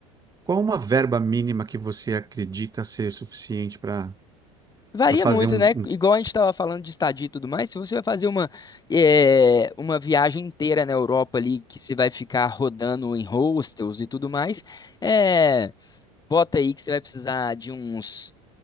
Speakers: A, on the right; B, on the left.
A: qual uma verba mínima que você acredita ser suficiente para
B: Varia
A: para fazer
B: muito,
A: um,
B: né?
A: um-
B: Igual a gente estava falando de estadia e tudo mais, se você vai fazer uma, é, uma viagem inteira na Europa ali, que você vai ficar rodando em hostels e tudo mais, é, bota aí que você vai precisar de uns